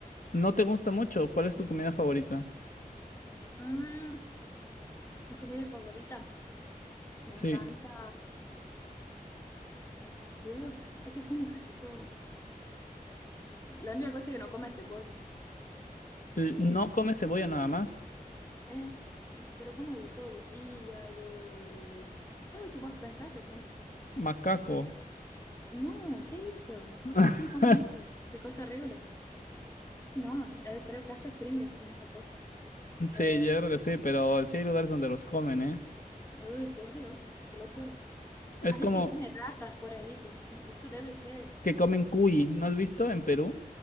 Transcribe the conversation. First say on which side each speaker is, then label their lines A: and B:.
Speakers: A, on the left; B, on the left.
A: no te gusta mucho. ¿Cuál es tu comida favorita?
B: Mm, mi comida favorita, me
A: Sí.
B: encanta. Dios, es que como casi todo. La única cosa que no come es cebolla.
A: L-
B: Eh,
A: No come cebolla nada más.
B: eh, pero como de todo, hígado, eh, todo lo que vos pensás, yo como.
A: Macaco.
B: No, ¿qué es eso?
A: <laughs>
B: ¿Quién come eso? Qué cosa horrible. No, eh, creo que hasta es crimen comer esta cosa.
A: Sí,
B: Eh,
A: yo creo que sí, pero sí hay lugares donde los comen, ¿eh?
B: uy, por Dios, qué locura.
A: Es
B: Hay
A: como
B: gente que come ratas por ahí, que que esto debe ser.
A: que comen cuy, ¿no has visto en Perú?